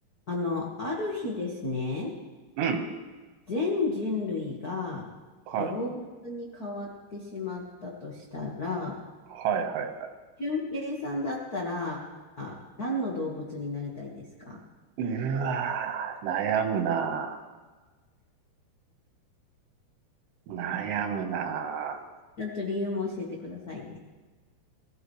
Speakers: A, on the left; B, on the right.
A: あの、ある日ですね、
B: うん。
A: 全人類が動物に変わってしまったとしたら、
B: はい。はいは
A: 俊平さんだったら、あ、何の動物になりたいですか
B: い。うわー、悩むなー悩むな
A: ちゃんと理由も教えてくださいね。